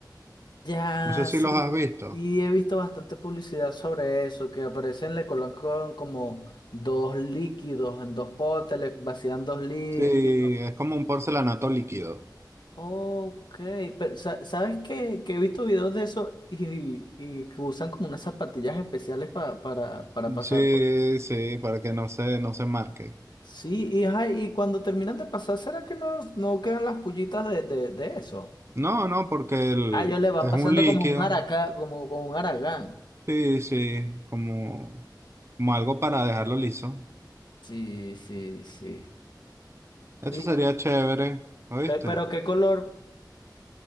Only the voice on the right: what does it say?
No sé
si los has visto.
Sí, es como un porcelanato líquido.
Sí,
sí, para que no se, no se marque.
No, no, porque el-
es
un líquido.
Sí, sí, como, como algo para dejarlo liso.
Eso
sería
chévere, ¿oíste?